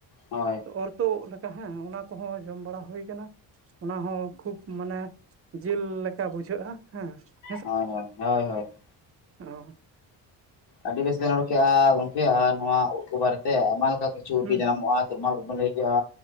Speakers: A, on the left; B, on the right.
A: ᱦᱳᱭ
B: ᱚᱨᱛᱚᱜ ᱩᱫ ᱞᱮᱠᱟ ᱦᱮᱸ, ᱚᱱᱟ ᱠᱚᱦᱚᱸ ᱡᱚᱢ ᱵᱟᱲᱟ ᱦᱩᱭ ᱟᱠᱟᱱᱟ ᱚᱱᱟ ᱦᱚᱸᱼᱼ ᱠᱷᱩᱵ ᱢᱟᱱᱮ ᱡᱤᱞ ᱞᱮᱠᱟ ᱵᱩᱡᱷᱟᱹᱜᱼᱟ ᱦᱮᱸ ᱾
A: ᱦᱚᱭ ᱦᱚᱭ, ᱦᱚᱭ ᱦᱚᱭ ᱾
B: ᱚᱸ
A: ᱟᱹᱰᱤ ᱵᱮᱥ ᱵᱤᱱ ᱨᱚᱲ ᱠᱮᱜᱼᱟ ᱜᱚᱝᱠᱮ ᱟᱨ ᱱᱚᱣᱟ ᱩᱫ ᱠᱚ ᱵᱟᱨᱮᱛᱮ ᱟᱭᱢᱟ ᱞᱮᱠᱟ ᱠᱤᱪᱷᱩ ᱩᱫ
B: ᱦᱩᱸ
A: ᱜᱮ ᱡᱟᱱᱟᱢᱚᱜᱼᱟ ᱾ ᱛᱚᱨᱢᱟᱞ ᱩᱫ ᱠᱚᱵᱤᱱ ᱞᱟᱹᱭ ᱠᱮᱫᱼᱟ